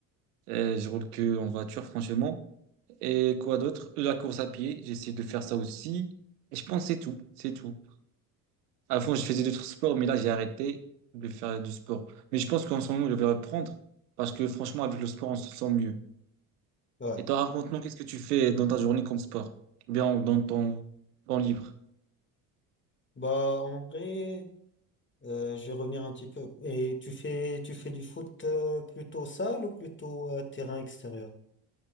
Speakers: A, on the right; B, on the left.
A: Euh, je roule que en voiture, franchement. Et quoi d'autre? La course à pied, j'essaie de faire ça aussi. Et je pense que c'est tout, c'est tout. Avant, je faisais d'autres sports, mais là, j'ai arrêté de faire du sport. Mais je pense qu'en ce moment, je vais reprendre parce que franchement, avec le sport, on se sent mieux.
B: ouais.
A: Et toi, raconte-nous, qu'est-ce que tu fais dans ta journée comme sport? Ou Bien, dans ton temps libre.
B: Bah, en vrai, euh, je vais revenir un petit peu. Et tu fais, tu fais du foot euh, plutôt salle ou plutôt euh, terrain extérieur?